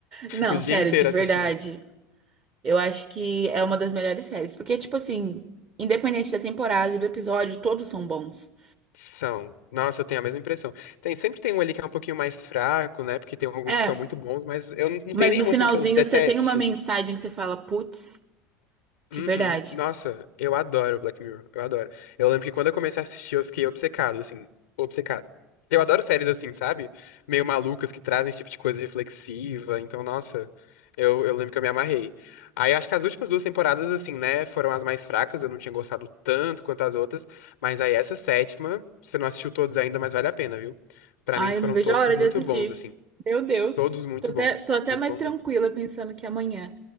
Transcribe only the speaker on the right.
Não,
sério,
de verdade.
Eu acho que é uma das melhores séries. Porque, tipo assim, independente da temporada e do episódio, todos são bons.
É,
mas
no finalzinho
você tem uma mensagem que você fala, putz, de
verdade.
Ai,
eu não vejo
a hora
de assistir.
Meu Deus.
Tô até,
tô até
mais
tranquila
pensando que amanhã